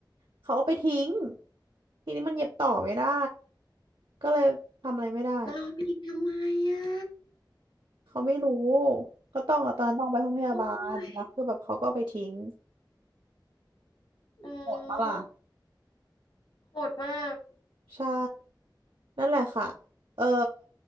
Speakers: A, on the right (about 80°); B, on the left (about 85°).
A: เขาเอาไปทิ้งทีนี้มันเย็บต่อไม่ได้ก็เลยทำอะไรไม่ได้
B: เราเอาไปทิ้งทำไมอ่ะ
A: เขาไม่รู้ก็ต้องเอาตอนนั้นต้องไปห้องพยาบาลแล้วคือแบบเขาก็เอาไปทิ้ง
B: โอ้ยอื
A: โหดปะล่ะ
B: มโหดมาก
A: ใช่นั่นแหละค่ะเอ่อ